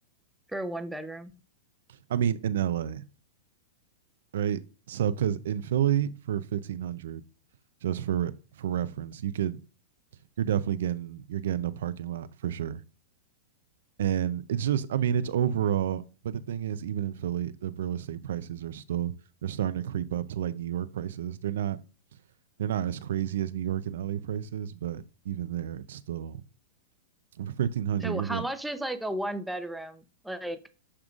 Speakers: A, in the centre; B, on the right.
A: for a one bedroom.
B: I mean, in LA, right? So, because in Philly for fifteen hundred, just for for reference, you could you're definitely getting you're getting a parking lot for sure. And it's just, I mean, it's overall. But the thing is, even in Philly, the real estate prices are still they're starting to creep up to like New York prices. They're not they're not as crazy as New York and LA prices, but even there, it's still for fifteen hundred.
A: So
B: You're
A: how
B: getting
A: much is like a one bedroom? Like